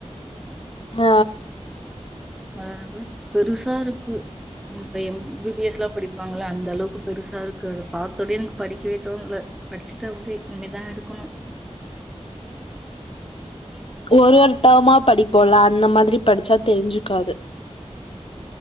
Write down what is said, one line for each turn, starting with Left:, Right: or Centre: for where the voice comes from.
Left: ஆ
Centre: <inaudible> பெருசா இருக்கு உம் இப்ப எம் பி பி எஸ் லா படிப்பாங்கள அந்த அளவுக்கு பெருசா இருக்கு அத பாத்தோனே எனக் படிக்கவே தோண்ல வச்சுட்ட அப்டே இம்மேதா எடுக்குணு
Left: ஒரு ஒரு டமா படிப்போல்ல அந்த மாத்ரி படிச்சா தெரிஞ்சுக்காது